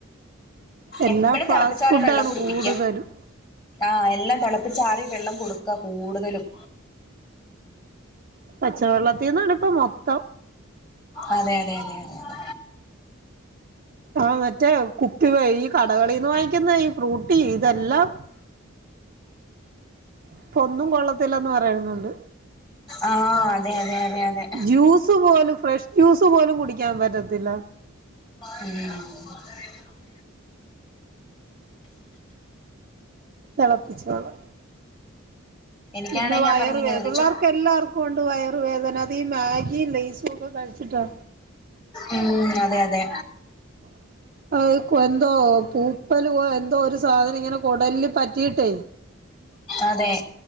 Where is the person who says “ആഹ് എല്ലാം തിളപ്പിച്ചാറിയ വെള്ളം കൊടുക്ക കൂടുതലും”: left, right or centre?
Left